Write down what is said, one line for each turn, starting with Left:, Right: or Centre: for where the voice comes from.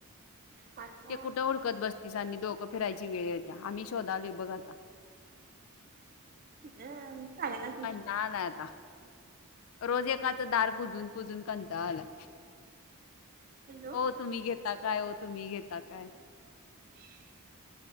Right: आता
Left: ते कुठं हुडकत बसतीस आणि डोकं फिरायची वेळ येत्या आम्ही शोधालोय बघ आता
Right: अ चांगला
Left: कंटाळा आलाय आता रोज एकाचं दार पुजून पुजून कन टाळा आलाय.
Right: हॅलो
Left: वो तुम्ही घेता काय? वो तुम्ही घेता काय?
Right: <unintelligible>